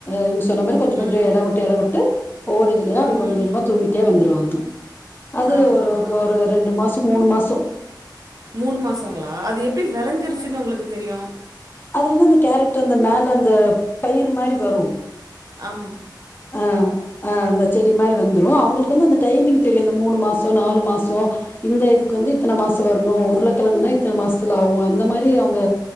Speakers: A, on the left (about 25°); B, on the right (about 50°).
A: ஏ சொன்ன மாரி கொஞ்சம் கொஞ்சம்
B: ம்
A: இடம் விட்டு இடம் விட்டு ஒவ்வொரு இதுலாப்படி
B: ம்
A: கொஞ்சகொஞ்சமா விட்டே வந்துருவாங்க அது
B: ஆ
A: ஒரு
B: ஹா ஹா
A: ஒரு ரெண்டு மாசம் மூணு மாச சு
B: மூணு மாசங்களா அது எப்படி விளைஞ்சிருச்சுன்னனு உங்களுக்கு தெரியும்
A: அது வந்து அந்த கேரட் அந்த மேல அந்த பயிர் மாரி வரும்
B: அம்
A: ஆஹ் ஆஹ் இந்த செ மாரி வந்துரும் அவங்களுக்கு வந்து அந்த டைமிங் தெரியும் மூணு மாசம் நாலு மாசம் இந்த இதுக்கு வந்து இத்தனை மாசம் இன்னொ உருளைக்கிழங்கன்னா இத்தனை மாசத்துல ஆகும் அந்த மாரி அவங்க